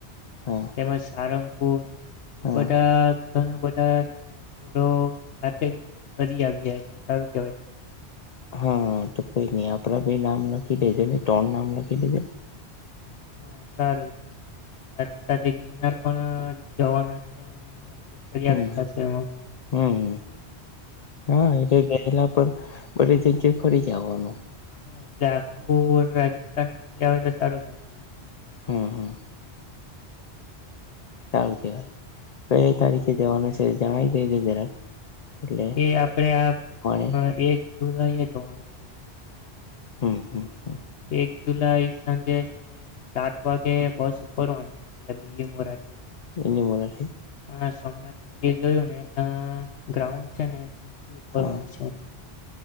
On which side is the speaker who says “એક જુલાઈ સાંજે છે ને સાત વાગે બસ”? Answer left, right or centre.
Left